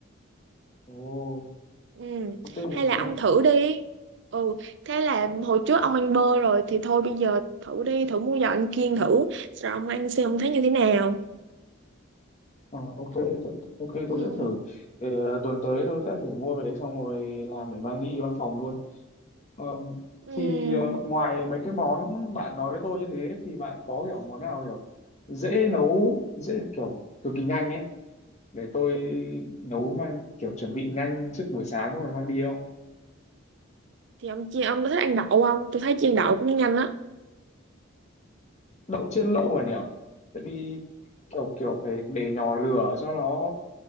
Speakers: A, on the left; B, on the right.
A: Ồ,
B: Ừ.
A: ok
B: Hay
A: là
B: là
A: tôi
B: ông thử đi. Ừ, thế là hồi trước ông ăn bơ rồi thì thôi bây giờ thử đi, thử mua giò ăn kiêng thử. Rồi ông ăn xem ông thấy như thế nào.
A: ờ, ok tôi- ok
B: Ừ.
A: tôi sẽ thử Ờ, tuần tới tôi sẽ thử mua về đấy xong rồi làm để mang đi văn phòng luôn. Ờ,
B: Ừ.
A: thì ờ, ngoài mấy cái món bạn nói với tôi như thế thì bạn có kiểu món nào kiểu dễ nấu dễ kiểu cực kỳ nhanh ấy để tôi nấu mang kiểu chuẩn bị nhanh trước buổi sáng xong rồi mang đi không
B: Thì ông chiên ông có thích ăn đậu không? Tôi thấy chiên đậu cũng nhanh á.
A: đậu chiên lâu rồi nhở tại vì kiểu kiểu phải để nhỏ lửa cho nó